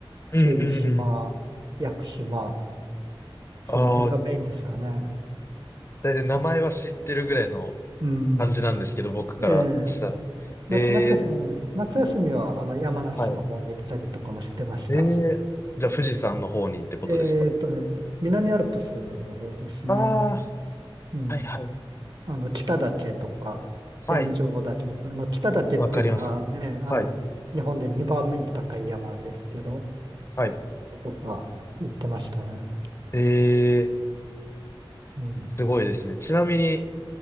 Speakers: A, on the left; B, on the right.
A: うんうんうん。
B: 霧島、屋久島、その辺がメインですかね。
A: ああ、だいたい名前は知ってるぐらいの
B: うん。
A: 感じなんですけど、僕からしたら。
B: ええな、
A: ええ、
B: 夏休み、夏休みは、あの、山梨の方に行ったりとかもしてました。
A: はい。ええ、じゃあ富士山の方にってことですか
B: えーっとね、南アルプスの方ですね。
A: ああ
B: うん。
A: ー、はいはい。
B: あの、北岳とか、
A: はい。
B: 天井岳とか、あの、北岳っていうのがね、
A: わかります。
B: あの、
A: はい。
B: 日本で2番目に高い山ですけど、
A: はい。
B: とか言ってましたね。
A: えー、
B: うん。
A: すごいですね。ちなみに